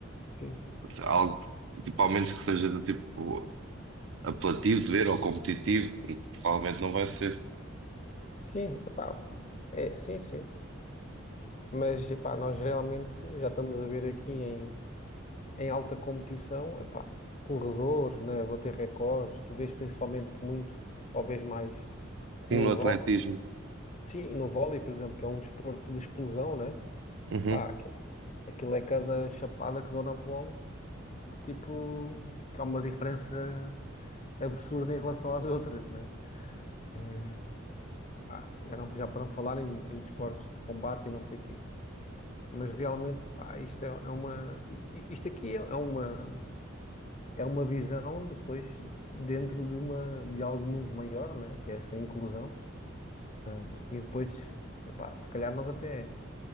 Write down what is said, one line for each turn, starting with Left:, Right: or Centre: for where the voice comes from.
Left: sim.
Right: algo tipo, ao menos que seja do tipo. apelativo de ver ou competitivo, porque provavelmente não vai ser.
Left: Sim, epá, é, sim, sim. Mas epá, nós realmente já estamos a ver aqui em, em alta competição, epá, corredores, né? Bater recordes, tu vês principalmente muito, ou vês mais
Right: Sim,
Left: no
Right: no
Left: vôlei.
Right: atletismo.
Left: Sim, no vôlei, por exemplo, que é um desporto de explosão, né?
Right: Uhum.
Left: Pá, aquilo, aquilo é cada chapada que dou na bola, que tipo, que há uma diferença absurda em relação às outras, né? É, pá, já não, já para não falar em, em desportos de combate e não sei o quê. Mas realmente, pá, isto é, é uma, i- i- isto aqui é é uma, é uma visão depois dentro de uma, de algo muito maior, né? Que é essa inclusão. tá? E depois, epá, se calhar nós até,